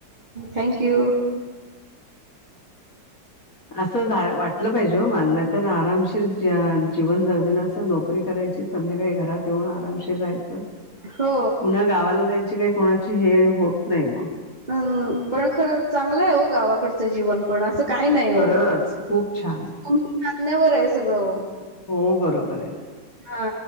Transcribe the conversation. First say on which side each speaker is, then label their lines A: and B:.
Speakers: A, on the right; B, on the left.
A: थँक्यू
B: अस झा वाटलं पाहिजे मानना सण आरामशीर ज्या जीवन जगलेलं असं नोकरी करायची संध्याकाळी घरात येऊन आरामशीर राहायचं
A: हो.
B: पुन्हा गावाला जायची काय कोणाची हे होत नाही मग
A: पण खर चांगलं आहे हो गावाकडचं जीवन पण अस काही नाही हो
B: खरंच खूप छान
A: तुमच्या कां्यावर आहे सगळं
B: हो बरोबर आहे
A: हा